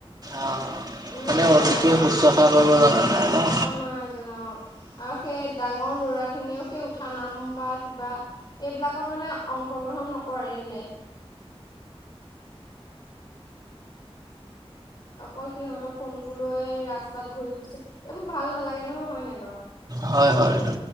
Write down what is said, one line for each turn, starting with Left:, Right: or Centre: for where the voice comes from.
Right: অ
Left: ইমান
Right: মানে
Left: ডাঙৰ
Right: অতিথি
Left: বৰসবাত
Right: শুশ্ৰূষা কৰিব জনা নাই ন?
Left: অ', নাই জানা। আৰু সেই ডাঙৰ ল'ৰাখিনিও সেই উঠা নাম বা কিবা এইবিলাকত মানে অংশগ্ৰহণ নকৰিলে। অকল সিহঁতৰ ফোনটো লৈ ৰাস্তাত ঘূৰি ফুৰিছে এইবোৰ ভাল নালাগে নহয় হয়নে বাৰু।
Right: হয়, হয়।